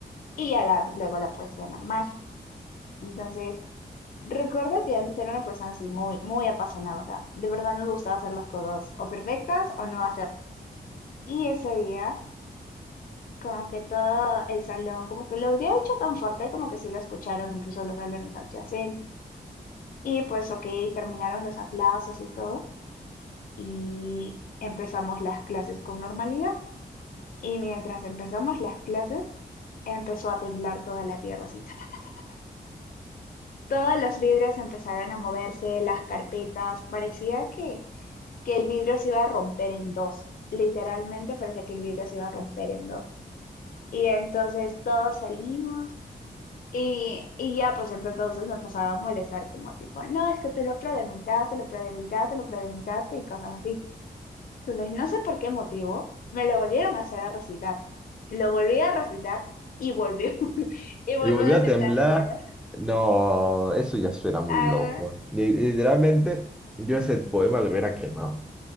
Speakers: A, on the left; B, in the centre.
A: Y ya la, luego la poesía normal. Entonces... Recuerdo que antes era una persona así muy, muy apasionada, o sea, de verdad no me gustaba hacer las cosas o perfectas o no hacerlas. Y ese día, como que todo el salón, como que lo habría hecho tan fuerte como que sí lo escucharon incluso los salones adyacentes. Y pues, ok, terminaron los aplausos y todo, y empezamos las clases con normalidad. Y mientras empezamos las clases, empezó a temblar toda la tierra, así, ta, ta, ta, ta, ta. ta. Todos los vidrios empezaron a moverse, las carpetas, parecía que que el vidrio se iba a romper en dos. Literalmente parecía que el vidrio se iba a romper en dos. Y entonces todos salimos y, y ya pues entonces me empezaba a molestar como tipo, no, es que tú lo predemitaste, lo predemitaste, lo predemitaste y cosas así. Entonces no sé por qué motivo me lo volvieron a hacer a recitar. Lo volví a recitar y volvió <laughs> y volvió
B: Y volví a
A: a temblar
B: temblar.
A: la tierra.
B: No, eso ya suena muy
A: Ah,
B: loco. Li- Literalmente, yo ese poema lo hubiera quemado.